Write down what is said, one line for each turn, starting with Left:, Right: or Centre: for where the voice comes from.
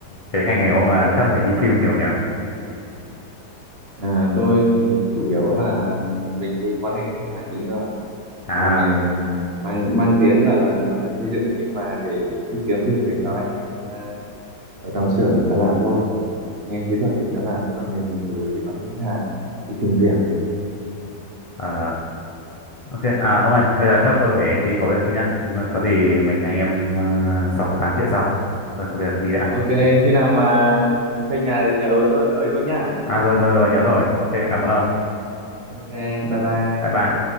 Left: cái ngành nghề của ông là chắc phải đi field nhiều nhỉ
Right: À, tôi thì chủ yếu là mình đi quan hệ khách hàng là chính thôi không ạ?
Left: à
Right: Là mình mang mang tiếng là làm à, xây dựng nhưng mà để cứ kiếm việc về cho anh em à, ở trong xưởng người ta làm thôi. Anh em kỹ thuật người ta làm chứ còn mình chủ yếu đi quan hệ khách hàng, đi tìm việc.
Left: ờ, Ok, à ông ơi, bây giờ chắc tôi phải đi có việc chút nhá. Ừ, Có gì mình anh em ờ, sau 8 chuyện sau. Tôi có việc đi đã.
Right: Ok, khi nào mà xây nhà thì nhớ ới tôi ới tôi nhá.
Left: À rồi rồi rồi, nhớ rồi. Ok, cảm ơn ông.
Right: Ok, bye bye.
Left: Bye bye.